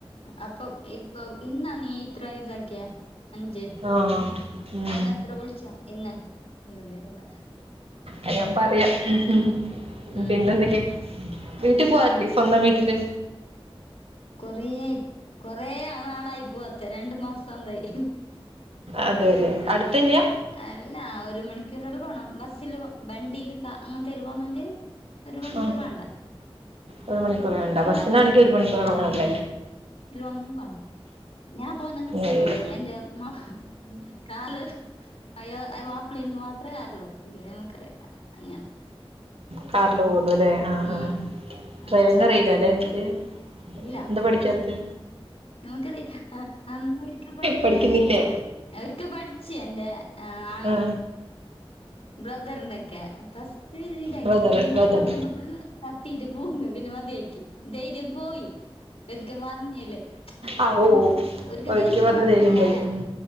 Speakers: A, on the left (about 75°); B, on the right (about 80°).
A: അപ്പൊ ഇപ്പൊ ഇന്നാ നീ ഇത്ര ഇതാക്കിയെ? അഞ്ച്
B: ആ ഉം.
A: കഴിന്നത്ര വിളിച്ചാ ഇന്ന് ഉണ്ട് നേരല്ല
B: അ ഞാൻ പറയാ ഹം ഹം ഹം
A: ഉം
B: പിന്നെന്തെക്കെയാ, വീട്ടിൽ പോവാറില്ലേ സ്വന്തം വീട്ടില്?
A: കൊറ കൊറേ ആ നാളായി പോവാ തര രണ്ട് മാസംന്തായി
B: അതെ അല്ലേ
A: ആഹ്
B: അടുത്ത് തന്നെയാ
A: അല്ല ഒരു മണിക്കൂർല്ലാം പോണം ബസ്സില് വെണ്ടിൽ കാ അങ്ങനത്തേൽ പോന്നങ്ങി. ഒരു മണിക്കൂർ
B: ആ
A: വേണ്ട.
B: ഒരു മണിക്കൂർ വേണ്ട,
A: കാറില്
B: ബസ്സിനാണെങ്കിൽ
A: അങ്ങനത്തേല്
B: ഒരു മണിക്കൂറേണല്ലേ?
A: പോന്ന <unintelligible> ഞാൻ ഇപ്പൊ ഒന്നെങ്കില് സ്ലോ
B: ഏഴില്
A: എന്റെ മ കാല് അയ്യോ മാപ്പിള ഇതു മാത്രമേ കേറുള്ളൂ, ഇല്ല നമുക്കറിയില്ല അങ്ങനെ.
B: കാറില് പോവള്ളുല്ലെ ആഹ്
A: ഉം.
B: ആഹ്,
A: നാട്ടുശാര്
B: ഡ്രൈവിംഗ് അറിയില്ല
A: ബസ്സില്
B: അല്ലെ
A: പോവും.
B: ഇങ്ങൾക്ക്?
A: ഇല്ല.
B: എന്താ പഠിക്കാത്തെ
A: നമുക്കത് അന്നൊരിക്കൽ പഠിച്ചില്ലേ
B: പഠിക്കുന്നില്ലേ
A: നീ അവർക്കെ പഠിച്ച എന്റെറെ ആഹ്
B: ആ
A: ബ്രദറിന്റെക്കെ പസ്റ്റ് ഇതാക്കി
B: ബ്രദർ
A: പിന്നെ
B: ബ്രദർ
A: നോക്കുമ്പക്ക് കത്തിട്ട് പൂണ് പിന്നെ മതിയാക്കി ധൈര്യം പോയി ഒരിക്ക മറഞ്ഞല്
B: ആ ഓ
A: നമ്മക് ഒരിക്ക്
B: ഒരിക്കൽ
A: ധൈര്യം
B: പറഞ്ഞ
A: ഉണ്ടെങ്കല്ലേ
B: ധൈര്യം പോയി ഉം.